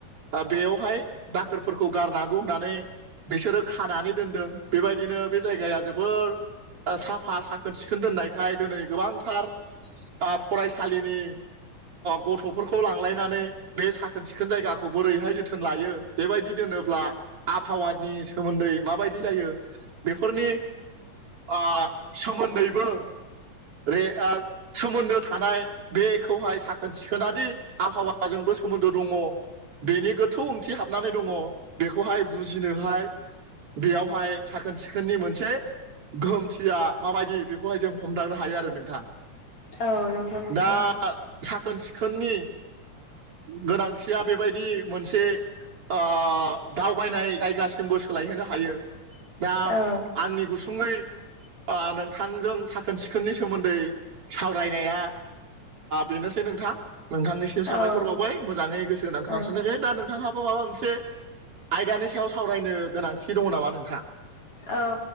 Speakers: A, on the right (about 45°); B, on the left (about 45°).
A: दा बेयावहाय दाखोरफोरखौ गारनांगौ होननानै बिसोरो खानानै दोनदों बेबायदिनो बे जायगाया जो सोर साफा साखोन सिखोन दोननायखाय दिनै गोबांथार फरायसालिनि गथ'फोरखौ लांलायनानै बे साखोन सिखोन जायगाखौ बोरैहाय जोथोन लायो बेबायदि दोनोब्ला आबहावानि सोमोन्दै माबायदि जायो बेफोरनि ओ सोमोन्दैबो दे ओ सोमोन्दो थानाय बेखौहाय साखोन सिखोनाद आबहावाजोंबो सोमोन्दो दंङो। बेनि गोथौ ओंथि हाबनानै दंङो बेखौहाय बुजिनोहाय बेयावहाय साखोन सिखोननि मोनसे गोहोमथिया माबायदि बेखौहाय जों हमदांनो हायो आरो नोंथां।
B: औ नंगौ नोंथां।
A: दा साखोन सिखोननि गोनांथिया बेबायदि मोनसे ओ दावबायनाय जायगासिमबो सोलायहोनो हायो दा
B: औ
A: आंनि गु सुङै नोंथांजों साखोन सिखोननि सोमोन्दै सावरायनाया बेनोसै नोंथां नोंथांनिसिम साबायखर
B: औ
A: बावबाय मोजाङै गोसो होनानै खोनासंनाखै
B: औ
A: दा नोंथांहाबो माबा मोनसे आयदानि सायाव सावरायनो गोनांथि दङ नामा नोंथा
B: औ